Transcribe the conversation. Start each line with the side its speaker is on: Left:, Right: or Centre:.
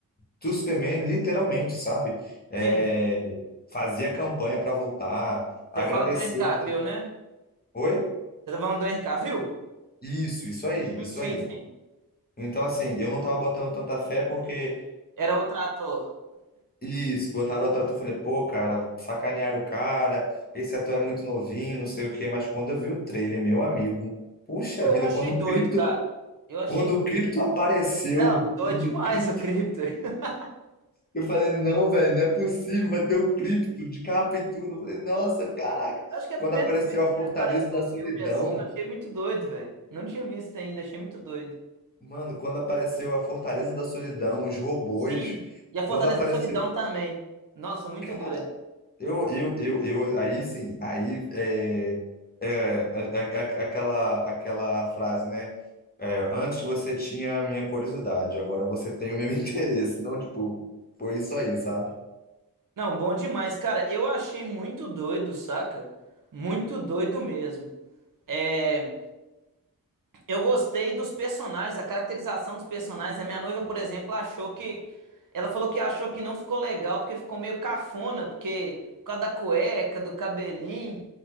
Left: do Superman, literalmente, sabe? É,
Right: sim.
Left: fazia campanha para voltar,
Right: Você
Left: agradeceu
Right: fala do Henry Cavill,
Left: com...
Right: né?
Left: Oi?
Right: Você tá falando do Henry Cavill?
Left: Isso, isso aí,
Right: Uhum,
Left: isso
Right: sim,
Left: aí.
Right: sim.
Left: Então, assim, eu não tava botando tanta fé porque
Right: Era outro ator.
Left: isso, botaram outra ator, eu falei, pô, cara, sacanearam o cara, esse ator é muito novinho, não sei o quê, mas quando eu vi o trailer, meu amigo, puxa
Right: Pô, Eu
Left: vida,
Right: achei
Left: quando o
Right: doido,
Left: Crypto,
Right: cara. Eu achei
Left: quando
Right: doido.
Left: o Crypto apareceu,
Right: Não, doido
Left: quando
Right: demais
Left: o Crypto,
Right: o Krypto. <laughs>
Left: eu falei, não, velho, não é possível, vai ter o Crypto de capa e tudo. Eu falei, nossa, caraca,
Right: Acho que é
Left: quando
Right: a primeira
Left: apareceu
Right: vez
Left: a Fortaleza
Right: que ele aparece num
Left: da Solidão,
Right: filme assim, eu achei muito doido, velho. Não tinha visto ainda, achei muito doido.
Left: Mano, quando apareceu a Fortaleza da Solidão, os robôs,
Right: Sim, e a Fortaleza
Left: quando apareceu.
Right: da Solidão também. Nossa, muito
Left: Cara,
Right: doido.
Left: eu, eu, eu, eu aí sim, aí é, é, a- a- a- aquela, aquela frase, né? É, antes você tinha a minha curiosidade, agora você tem o meu <laughs> interesse. Então, tipo, foi isso aí, sabe?
Right: Não, bom demais, cara. Eu achei muito doido, saca? Muito doido mesmo. É Eu gostei dos personagens, a caracterização dos personagens. A minha noiva, por exemplo, achou que. Ela falou que achou que não ficou legal porque ficou meio cafona, porque por causa da cueca, do cabelinho.